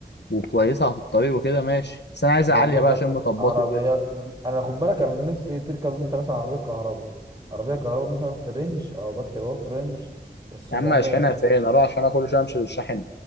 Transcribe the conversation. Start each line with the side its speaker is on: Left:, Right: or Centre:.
Left: وكويسه في الطريق وكده ماشي بس انا عايز عاليه
Right: انا بشوف
Left: بقى عشان
Right: لك
Left: مطبطه
Right: عربيات
Left: وكده
Right: انا خد بالك انا نفسي تركب انت مثلا عربيه كهرباء عربيه كهرباء مثلا في رينج او بكتب اهو في رينج ال 700
Left: يا عم اشحنها
Right: مثلا
Left: فين اروح عشان كل شويه امشي بالشحن